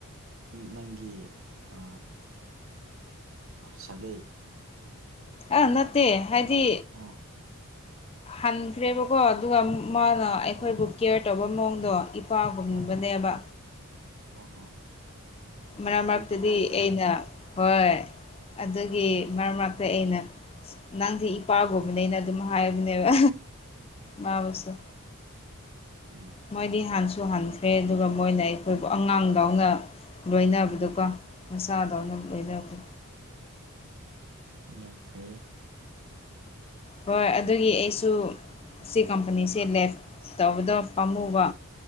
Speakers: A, on the right; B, on the left.
A: ꯅꯪꯒꯤ ꯑ ꯁꯥꯒꯩ
B: ꯑꯥ ꯅꯠꯇꯦ ꯍꯥꯏꯗꯤ
A: ꯑꯥ
B: ꯍꯟꯈ꯭ꯔꯦꯕꯀꯣ ꯑꯗꯨꯒ ꯃꯥꯅ ꯑꯩꯈꯣꯏꯕꯨ
A: ꯑꯣ
B: ꯀꯦꯌꯔ ꯇꯧꯕ ꯃꯑꯣꯡꯗꯣ ꯄꯥꯒꯨꯝꯕꯅꯦꯕ
A: ꯑꯣ ꯑꯣ ꯍꯣ
B: ꯃꯔꯛ
A: ꯑꯗꯨꯒꯤ
B: ꯃꯔꯛꯇꯗꯤ
A: ꯍꯥꯏꯕ꯭ꯔꯥ
B: ꯑꯩꯅ ꯍꯣꯏ ꯑꯗꯨꯒꯤ
A: ꯎꯝ
B: ꯃꯔꯛ ꯃꯔꯛꯇ ꯑꯩꯅ ꯅꯪꯗꯤ ꯏꯄꯥꯕꯣꯕꯅꯦ ꯑꯩꯅ ꯑꯗꯨꯝ ꯍꯥꯏꯕꯅꯦꯕ ꯃꯥꯕꯨꯁꯨ
A: ꯎꯝ
B: ꯃꯣꯏꯗꯤ ꯍꯥꯟꯁꯨ ꯍꯟꯈ꯭ꯔꯦ ꯑꯗꯨꯒ ꯃꯣꯏꯅ ꯑꯩꯈꯣꯏꯕꯨ ꯑꯉꯥꯡꯗꯎꯅ ꯂꯣꯏꯅꯕꯗꯀꯣ
A: ꯎꯝ
B: ꯃꯆꯥꯗꯧꯅ ꯂꯣꯏꯅꯕꯗ
A: ꯌꯥꯝ ꯐꯩꯌꯦ
B: ꯍꯣꯏ ꯑꯗꯨꯒꯤ ꯑꯩꯁꯨ ꯁꯤ ꯀꯝꯄꯅꯤꯁꯦ ꯂꯦꯞ ꯇꯧꯕꯗ ꯄꯥꯝꯃꯨꯕ